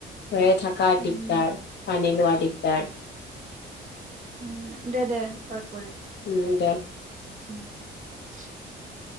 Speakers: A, on the left (about 60°); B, on the right (about 40°).
A: ৰয়ে থাকা
B: উম
A: দিগদাৰ। পানী লোৱা দিগদাৰ।
B: উম', দে-দে ত‌ই
A: উম, দে।
B: <unintelligible>